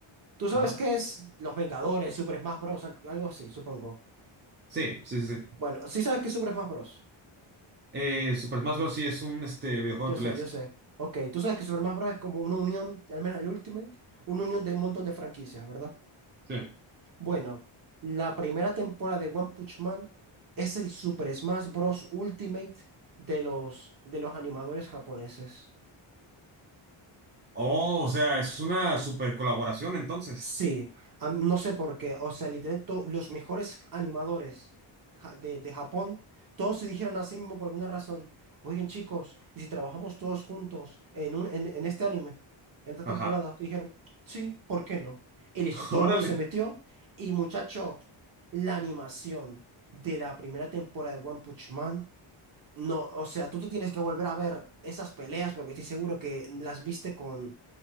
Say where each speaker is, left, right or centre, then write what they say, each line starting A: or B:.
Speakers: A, on the right; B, on the right.
A: ¿Tú sabes
B: Ajá.
A: qué es Los Vengadores, Super Smash Bros? al- Algo así, supongo.
B: Sí, sí, sí, sí.
A: Bueno, sí sabes qué es Super Smash Bros.
B: Eh, Super Smash Bros. sí es un este, videojuego
A: Yo
B: de peleas.
A: sé, yo sé. Ok, tú sabes que Super Smash Bros es como una unión, al menos el Ultimate, una unión de un montón de franquicias, ¿verdad?
B: Sí.
A: Bueno, la primera temporada de One Punch Man es el Super Smash Bros. Ultimate de los, de los animadores japoneses.
B: Oh, o sea, es una super colaboración entonces.
A: Sí, a- no sé por qué. O sea, literalmente to- los mejores animadores ja- de, de Japón, todos se dijeron así mismo por alguna razón. Oigan, chicos, ¿y si trabajamos todos juntos en, un, en, en este anime, en esta
B: Ajá.
A: temporada? Y dijeron, sí, ¿por qué no? Y listo,
B: <laughs>
A: todo
B: Órale.
A: el mundo se metió. Y muchacho, la animación de la primera temporada de One Punch Man. No, o sea, tú te tienes que volver a ver esas peleas porque estoy seguro que las viste con,